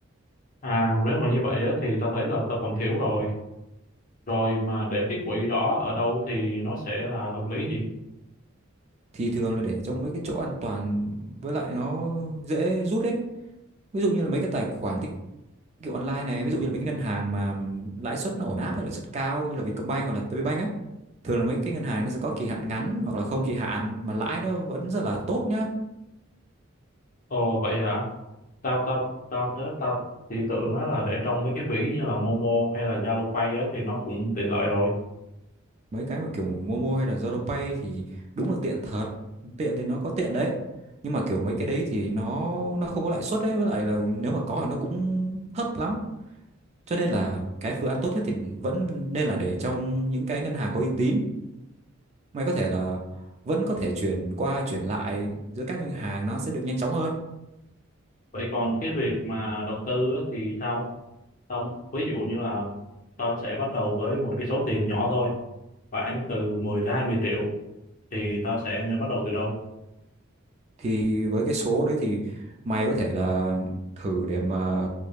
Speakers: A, on the left; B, on the right.
A: à nếu mà như vậy á thì tao thấy là tao còn thiếu rồi Rồi mà để cái quỹ đó ở đâu thì nó sẽ là hợp lý gì?
B: thì thường là để trong mấy cái chỗ an toàn với lại nó dễ rút ấy. ví dụ như là mấy cái tài khoản tiết kiệm online này ví dụ như là mấy cái ngân hàng mà lãi suất nó ổn áp hay lãi suất cao như là Vietcombank hoặc là TPBank ấy thường là mấy cái ngân hàng nó sẽ có kỳ hạn ngắn hoặc là không kỳ hạn mà lãi nó vẫn rất là tốt nhá
A: Ồ vậy hả? Tao tao tao tớ tao chỉ tưởng á là để trong mấy cái ví như là Momo hay là Zalo Pay á thì nó cũng tiện lợi rồi.
B: mấy cái mà kiểu Momo hay là ZaloPay thì đúng là tiện thật tiện thì nó có tiện đấy nhưng mà kiểu mấy cái đấy thì nó nó không có lãi suất đấy với lại là nếu mà có thì nó cũng thấp lắm cho nên là cái phương án tốt nhất thì vẫn nên là để trong những cái ngân hàng có uy tín mày có thể là vẫn có thể chuyển qua chuyển lại giữa các ngân hàng nó sẽ được nhanh chóng hơn
A: Vậy còn cái việc mà đầu tư á thì sao? Tao ví dụ như là tao sẽ bắt đầu với một cái số tiền nhỏ thôi, khoảng từ mười tới hai mươi triệu thì tao sẽ nên bắt đầu từ đâu?
B: thì với cái số đấy thì mày có thể là thử để mà